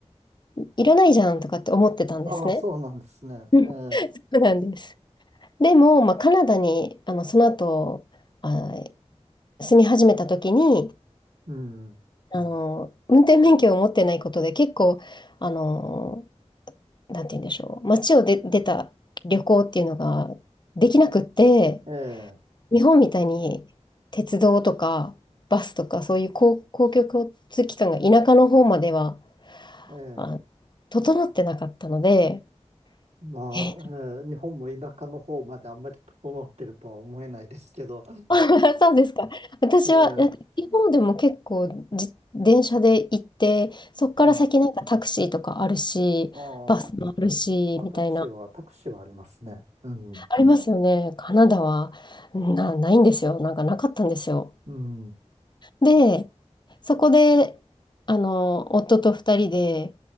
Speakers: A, on the left (about 40°); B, on the right (about 75°).
A: いらないじゃんとかって思ってたんですね。
B: ああ、そうなんですね。
A: うんそ
B: ええ、
A: うなんです。でも、まあ、カナダに、あの、その後、あ、住み始めた時に、
B: うん、
A: あの、運転免許を持ってないことで結構、あの、なんて言うんでしょう、街をで出た旅行っていうのができなくって、
B: ええ、
A: 日本みたいに鉄道とか、バスとかそういう公、公共交通機関が田舎の方までは
B: ええ。
A: あ、整ってなかったので、
B: まあ、
A: え
B: えー日本も田舎の方まであんまり整ってるとは思えないですけど、
A: <laughs>、そうですか。私は、
B: えー
A: なんか、地方でも結構じ、電車で行って、そっから先なんかタクシーとかあるし、
B: うん。あ
A: バスもあるし、
B: あ、まあタクシーは、
A: みたいな、
B: タクシーはありますね。うん。
A: ありますよね。カナダは、な、ないんですよ。なんかなかったんですよ。
B: うん。
A: で、そこで、あの、夫と二人で、